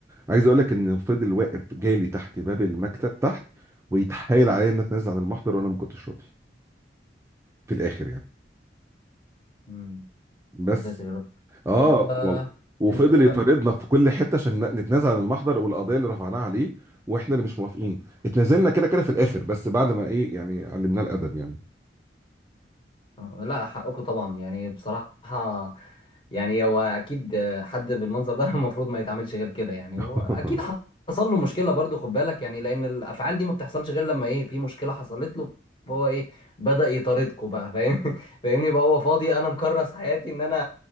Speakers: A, on the right (about 15°); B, on the left (about 30°).
A: عايز اقول لك انه فضل واقف جالي تحت باب المكتب تحت ويتحايل عليا ان اتنازل عن المحضر وانا ما كنتش راضي في الاخر يعني
B: <laughs>
A: بس
B: يا ساتر يا رب
A: اه
B: طب آه،
A: والله وفضل
B: انت ايه رايك
A: يطاردنا في كل حته عشان ن- نتنازل عن المحضر والقضيه اللي رفعناها عليه واحنا اللي مش موافقين اتنازلنا كده كده في الاخر بس بعد ما ايه يعني علمناه الادب يعني
B: آه، لا حقكم طبعا يعني بصراحه يعني هو اكيد آه، حد بالمنظر ده <laughs> المفروض ما يتعاملش غير كده يعني
A: <laughs>
B: هو اكيد حصل له مشكله برضو خد بالك يعني لان الافعال دي ما بتحصلش غير لما ايه في مشكله حصلت له فهو ايه بدا يطاردكم بقى فاهم <laughs> فاهمني بقى هو فاضي انا مكرس حياتي ان انا